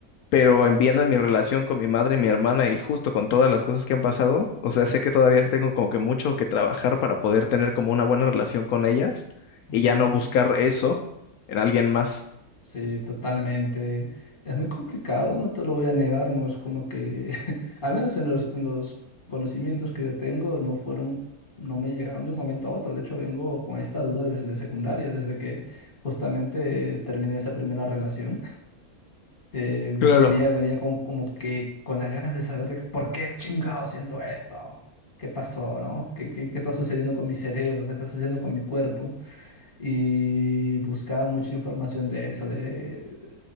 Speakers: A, on the left (about 80°); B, on the left (about 35°).
A: pero
B: claro.
A: en viendo en mi relación con mi madre y mi hermana y justo con todas las cosas que han pasado, o sea, sé que todavía tengo como que mucho que trabajar para poder tener como una buena relación con ellas
B: Mm,
A: y ya no buscar eso en alguien más.
B: sí, totalmente. Es muy complicado, no te lo voy a negar, no es como que, <laughs> al menos en los, en los conocimientos que yo tengo, no fueron, no me llegaron de un momento a otro. De hecho, vengo con esta duda desde secundaria, desde que justamente terminé esa primera relación. eh,
A: Claro,
B: venía, venía con, como que con las ganas de saber de por qué chingado siento esto. ¿Qué pasó, no? ¿Qué, qué, qué está sucediendo con mi cerebro? ¿Qué está sucediendo con mi cuerpo? Y buscaba mucha información de eso. De...